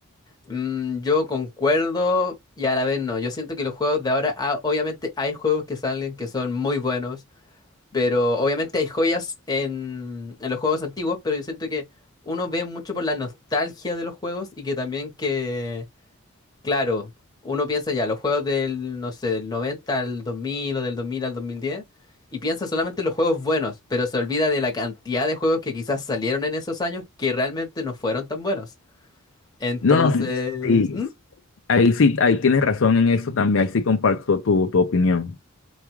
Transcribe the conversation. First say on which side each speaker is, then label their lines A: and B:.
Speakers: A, on the left (about 20°); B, on the left (about 65°).
A: Mm, yo concuerdo y a la vez no. Yo siento que los juegos de ahora, ah, obviamente hay juegos que salen que son muy buenos, pero obviamente hay joyas en, en los juegos antiguos, pero yo siento que uno ve mucho por la nostalgia de los juegos y que también que, claro, uno piensa ya, los juegos del, no sé, del 90 al 2000 o del 2000 al 2010 y piensa solamente en los juegos buenos, pero se olvida de la cantidad de juegos que quizás salieron en esos años que realmente no fueron tan buenos. Entonces...
B: No, no, sí,
A: ¿Mm?
B: ahí sí, ahí tienes razón en eso también, ahí sí comparto tu, tu opinión.